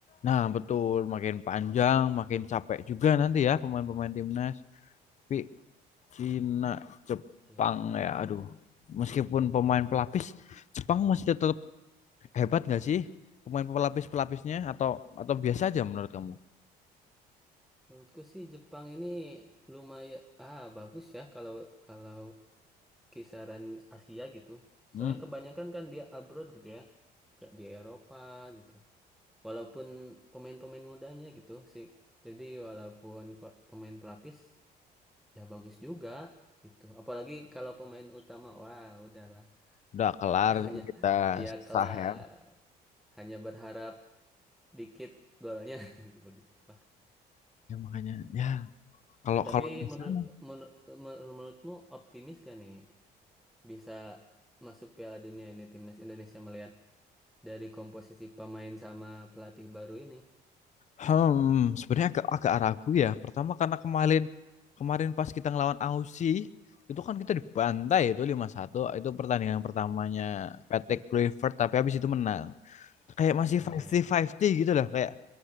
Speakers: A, on the left (about 45°); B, in the centre.
A: Nah, betul, makin panjang, makin capek juga nanti ya pemain-pemain timnas. Tapi Cina, Jepang
B: tuh
A: ya, aduh. Meskipun pemain pelapis, Jepang masih tetap Hebat nggak sih pemain pelapis-pelapisnya atau atau biasa aja menurut kamu?
B: menurutku sih Jepang ini lumayan ah bagus ya kalau kalau kisaran Asia gitu. Soalnya
A: Hmm,
B: kebanyakan kan dia abroad gitu ya, kayak di Eropa gitu. Walaupun pemain-pemain mudanya gitu sih. Jadi walaupun pe- pemain pelapis ya bagus juga gitu. Apalagi kalau pemain utama, wah udahlah.
A: udah kelar
B: <laughs> Hanya
A: kita
B: ya kelar.
A: sah ya.
B: Hanya berharap dikit golnya <laughs> begitu. lah.
A: Ya makanya ya kalau
B: Tapi
A: kalau di
B: menurut
A: sana,
B: menur- menurutmu optimis gak nih bisa masuk Piala Dunia ini timnas Indonesia melihat dari komposisi pemain sama pelatih baru ini.
A: hmm, sebenarnya agak agak ragu ya. Pertama karena kemarin kemarin pas kita ngelawan Aussie itu kan kita dibantai itu lima satu itu pertandingan pertamanya
B: <laughs>
A: Patrick Kluivert tapi habis itu menang. Kayak masih
B: Nah,
A: 50-50 gitu loh kayak